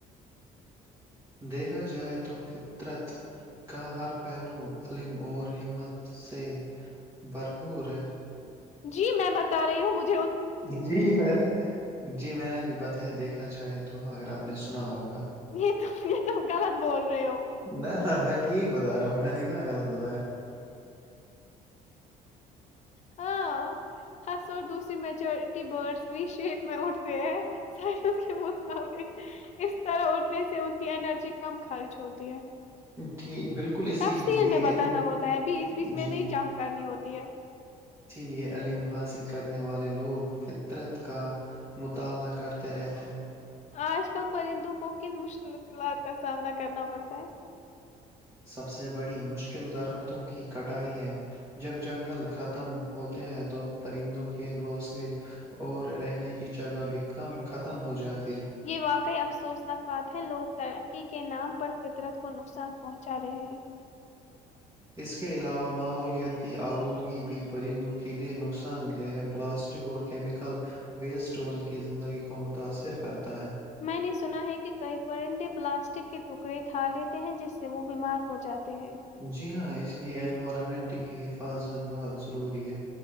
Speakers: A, on the right (about 20°); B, on the left (about 50°).
A: دیکھا جائے تو فطرت کا ہر پہلو علم اور ہمت سے بھرپور ہے
B: جی میں بتا رہی ہوں وہجھ
A: جی میں نے جی میں نے بھی بتا دیکھا جائے تو اگر آپ نے سنا ہوگا
B: نہیں تو یہ تو غلط بول رہے ہو
A: نہ تھا میں ٹھیک بتا رہا ہوں میں نے کہاں غلط بتایا
B: ہاں ہس اور دوسری میچورٹی برڈس بھی شیپ میں اٹھتے ہیں سائ کے مطابق اس طرح اٹھنے سے ان کی انرجی کم خرچ ہوتی ہے
A: ٹھیک بالکل اسی
B: تفصیل
A: لیے
B: میں بتانا
A: علم
B: ہوتا ہے بیچ بیچ میں
A: جی
B: نہیں جمپ کرنی ہوتی ہے
A: لئے علم حاصل کرنے والے لوگ فطرت کا مطالعہ کرتے رہتے ہیں
B: آج کل پرندوں کو کن مشکلات کا سامنا کرنا پڑتا ہے
A: سب سے بڑی مشکل درختوں کی کٹائی ہے جب جنگل ختم ہوتے ہیں تو پرندوں کے گھونسلے اور رہنے کی جگہ بھی کم ختم ہو جاتی ہے
B: یہ واقعی افسوسناک بات ہے لوگ ترقی کے نام پر فطرت کو نقصان پہنچا رہے ہیں
A: اس کے علاوہ ماحولیاتی آلودگی بھی پرندوں کے لئے نقصان دہ پلاسٹک اور کیمیکل ویسٹ ان کی زندگی کو متاثر کرتا ہے
B: میں نے سنا ہے کہ کئی پرندے پلاسٹک کے ٹکڑے کھا لیےتے ہیں جس سے وہ بیمار ہو جاتے ہیں
A: جی ہاں اسی لیے انوائرمنٹ کی حفاظت بہت ضروری ہے